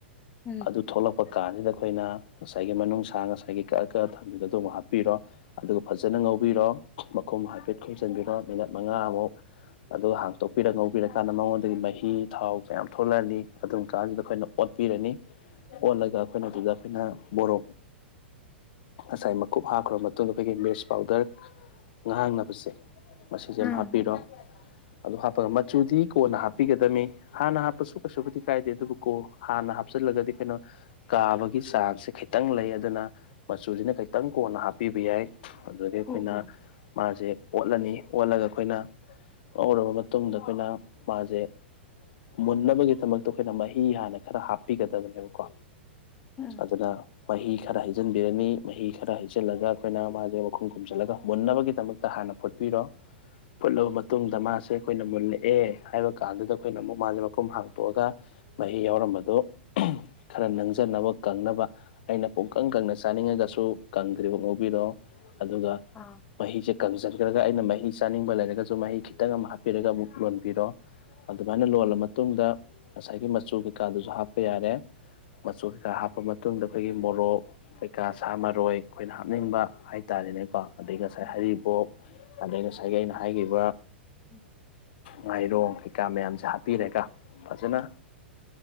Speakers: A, on the left; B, on the left.
A: ꯎꯝ
B: ꯑꯗꯨ ꯊꯣꯛꯂꯛꯄ ꯀꯥꯟꯁꯤꯗ ꯑꯩꯈꯣꯏꯅ ꯉꯁꯥꯏꯒꯤ ꯃꯅꯨꯡꯁꯥ ꯉꯁꯥꯏꯒꯤ ꯀꯛꯑ ꯀꯛꯑ ꯊꯝꯕꯤꯕ ꯑꯗꯨ ꯑꯃꯨꯛ ꯍꯥꯞꯄꯤꯔꯣ ꯑꯗꯨꯒ ꯐꯖꯅ ꯉꯧꯕꯤꯔꯣ ꯃꯈꯨꯝ ꯍꯥꯏꯐꯦꯠ ꯈꯨꯝꯖꯤꯟꯕꯤꯔꯣ ꯃꯤꯅꯠ ꯃꯉꯥꯃꯨꯛ ꯑꯗꯨꯒ ꯍꯥꯡꯇꯣꯛꯄꯤꯔ ꯉꯧꯕꯤꯔꯀꯥꯟꯗ ꯃꯉꯣꯟꯗꯒꯤ ꯃꯍꯤ ꯊꯥꯎ ꯀꯌꯥꯝ ꯊꯣꯛꯂꯛꯑꯅꯤ ꯑꯗꯨꯝ ꯀꯥꯟꯁꯤꯗ ꯑꯩꯈꯣꯏꯅ ꯑꯣꯠ ꯄꯤꯔꯅꯤ ꯑꯣꯠꯂꯒ ꯑꯩꯈꯣꯏꯅ ꯑꯗꯨꯗ ꯑꯩꯈꯣꯏꯅ ꯃꯣꯔꯣꯛ ꯉꯁꯥꯏ ꯃꯀꯨꯞ ꯍꯥꯞꯈ꯭ꯔꯕ ꯃꯇꯨꯡꯗ ꯑꯩꯈꯣꯏꯒꯤ ꯃꯤꯔꯆ ꯄꯥꯎꯗꯔ ꯉꯥꯡꯅꯕꯁꯦ ꯃꯁꯤꯖꯤꯝ
A: ꯑꯥ
B: ꯍꯥꯞꯄꯤꯔꯣ ꯑꯗꯨ ꯍꯥꯞꯄꯒ ꯃꯆꯨꯗꯤ ꯀꯣꯟꯅ ꯍꯥꯞꯄꯤꯒꯗꯅꯤ ꯍꯥꯟꯅ ꯍꯥꯞꯄꯁꯨ ꯀꯩꯁꯨꯕꯨꯗꯤ ꯀꯥꯏꯗꯦ ꯑꯗꯨꯕꯨ ꯀꯣ ꯍꯥꯟꯅ ꯍꯥꯞꯆꯤꯜꯂꯒꯗꯤ ꯀꯩꯅꯣ ꯀꯥꯕꯒꯤ
A: ꯎꯝ
B: ꯆꯥꯟꯁꯁꯦ ꯈꯤꯇꯪ ꯂꯩ ꯑꯗꯨꯅ ꯃꯆꯨꯁꯤꯅ ꯈꯤꯇꯪ ꯀꯣꯟꯅ ꯍꯥꯞꯄꯤꯕ ꯌꯥꯏ ꯑꯗꯨꯗꯒꯤ ꯑꯩꯈꯣꯏꯅ
A: ꯍꯣ ꯍꯣ
B: ꯃꯥꯁꯦ ꯑꯣꯠꯂꯅꯤ ꯑꯣꯠꯂꯒ ꯑꯩꯈꯣꯏꯅ ꯉꯧꯔꯕ ꯃꯇꯨꯡꯗ ꯑꯩꯈꯣꯏꯅ ꯃꯥꯁꯦ ꯃꯨꯟꯅꯕꯒꯤꯗꯃꯛꯇ ꯑꯩꯈꯣꯏꯅ ꯃꯍꯤ ꯍꯥꯟꯅ ꯈꯔ ꯍꯥꯞꯄꯤꯒꯗꯕꯅꯦꯕꯀꯣ
A: ꯎꯝ
B: ꯑꯗꯨꯅ ꯃꯍꯤ ꯈꯔ ꯍꯩꯖꯤꯟꯕꯤꯔꯅꯤ ꯃꯍꯤ ꯈꯔ ꯍꯩꯖꯤꯜꯂꯒ ꯑꯩꯈꯣꯏꯅ ꯃꯥꯁꯦ ꯃꯈꯨꯝ ꯈꯨꯝꯁꯤꯜꯂꯒ ꯃꯨꯟꯅꯕꯒꯤꯗꯃꯛꯇ ꯇ ꯍꯥꯟꯅ ꯐꯨꯠꯄꯤꯔꯣ ꯐꯨꯠꯂꯕ ꯃꯇꯨꯡꯗ ꯃꯥꯁꯦ ꯑꯩꯈꯣꯏꯅ ꯃꯨꯜꯂꯛꯑꯦ ꯍꯥꯏꯕ ꯀꯥꯟꯗꯨꯗ ꯑꯩꯈꯣꯏꯅ ꯑꯃꯨꯛ ꯃꯥꯁꯦ ꯃꯈꯨꯝ ꯍꯥꯡꯇꯣꯛꯑꯒ ꯃꯍꯤ ꯌꯥꯎꯔꯝꯕꯗꯨ ꯈꯔ ꯅꯪꯖꯅꯕ ꯀꯪꯅꯕ ꯑꯩꯅ ꯄꯨꯡꯀꯪ ꯀꯪꯅ ꯆꯥꯅꯤꯡꯉꯒꯁꯨ ꯀꯪꯗ꯭ꯔꯤꯕ ꯉꯧꯕꯤꯔꯣ ꯑꯗꯨꯒ
A: ꯑꯥ
B: ꯃꯍꯤꯁꯦ ꯀꯪꯁꯤꯟꯈ꯭ꯔꯒ ꯑꯩꯅ ꯃꯍꯤ ꯆꯥꯅꯤꯡꯕ ꯂꯩꯔꯒꯁꯨ ꯃꯍꯤ ꯈꯤꯇꯪ ꯑꯃ ꯍꯥꯞꯄꯤꯔꯒ ꯑꯃꯨꯛ ꯂꯣꯟꯕꯤꯔꯣ ꯑꯗꯨꯃꯥꯏꯅ ꯂꯣꯜꯂ ꯃꯇꯨꯡꯗ ꯉꯁꯥꯏꯒꯤ ꯃꯆꯨ ꯀꯩꯀꯥꯗꯨꯁꯨ ꯍꯥꯞꯄ ꯌꯥꯔꯦ ꯃꯆꯨ ꯀꯩꯀꯥ ꯍꯥꯞꯄ ꯃꯇꯨꯡꯗ ꯑꯩꯈꯣꯏꯒꯤ ꯃꯣꯔꯣꯛ ꯀꯩꯀꯥ ꯁꯥ ꯃꯔꯣꯏ ꯑꯩꯈꯣꯏꯅ ꯍꯥꯞꯅꯤꯡꯕ ꯍꯥꯏꯇꯥꯔꯦꯅꯦꯀꯣ ꯑꯗꯗꯒꯤ ꯉꯁꯥꯏ
A: ꯎꯝ
B: ꯍꯔꯤꯕꯣꯛ ꯑꯗꯗꯒꯤ ꯉꯁꯥꯏꯒꯤ ꯑꯩꯅ ꯍꯥꯏꯈꯤꯕ
A: ꯎꯝ
B: ꯉꯥꯏꯔꯣꯡ ꯀꯩꯀꯥ ꯃꯌꯥꯝꯁꯦ ꯍꯥꯞꯄꯤꯔꯒ ꯐꯖꯅ